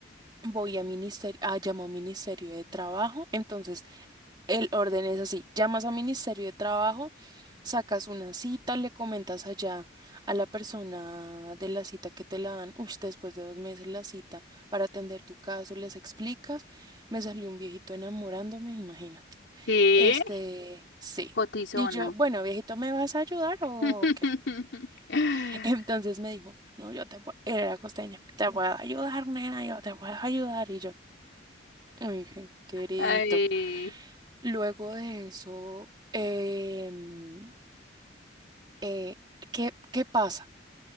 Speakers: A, on the right; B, on the left.
A: voy a ministerio, ah, llamo a Ministerio de Trabajo. Entonces, el orden es así, llamas a Ministerio de Trabajo, sacas una cita, le comentas allá a la persona de la cita que te la dan, uy, después de dos meses la cita, para atender tu caso, les explicas, me salió un viejito enamorándome, imagínate.
B: ¿Qué?
A: Este, sí.
B: Cotizona.
A: Y yo, bueno, viejito, ¿me vas a ayudar o
B: <laughs>
A: qué? <laughs> Entonces me dijo, no, yo te puedo, era costeña, te puedo ayudar, nena, yo te puedo ayudar. Y yo, uy, qué queridito.
B: Ay,
A: Luego de eso, em, eh, ¿qué, qué pasa?